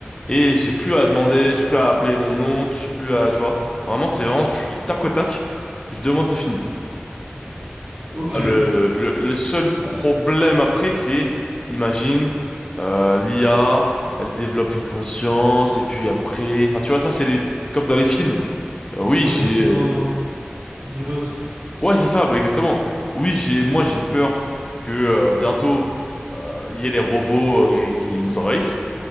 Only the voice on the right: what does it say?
Ok.
Un
peu comme dans
The Bot.